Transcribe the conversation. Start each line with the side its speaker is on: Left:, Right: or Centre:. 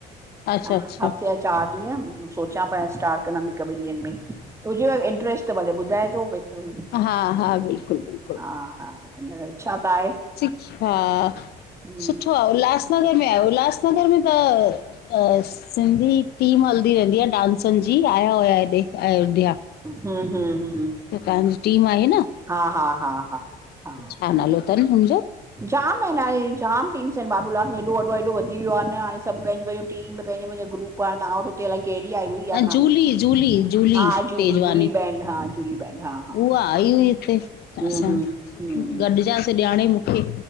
Left: अच्छा
Right: ह
Left: अच्छा
Right: हफ़्ते हफ़् चार ॾींहं, सोचां पई, स्टार्ट कंदम हिक ॿिन ॾींहन में, हुजेव इंट्रस्ट त भले ॿुधाइजो, भई त,
Left: हा हा बिल्कुलु बिल्कुलु
Right: हा हा, इछा त आहे।
Left: अछा,
Right: हम्म
Left: सुठो आ, उल्हास उल्हासनगर में आयो, उल्हासनगर में त सिंधी टीम हलदी रहिंदी आ डांस जी, आया हुया हेॾे, अयोध्या।
Right: हूं हूं हूं
Left: ॿयो, तहांजी टीम आई ही न।
Right: हा हा हा हा हा
Left: छा, नालो तन हुनजो?
Right: जाम एन, हाणे जाम टीम्स एन, बाबूलाल हेॾो वॾो हेॾो वधी व्यो आ न हाणे, सभ पंहिंजो पंहिंजो टीम में, पंहिंजो पहिंजो ग्रुप आ, तहां वठो हिते अलाय केड़ी आई हुई, इहा
Left: न
Right: कहांणी,
Left: जूली, जूली, Julie
Right: हा, Julie
Left: Tejwani,
Right: Julie band हा जूली बैंड हा। हा
Left: उहा, आई हुई हिते,
Right: हम्म
Left: असां
Right: हम्म हम्म
Left: गॾजासे ॼाणे मुखे।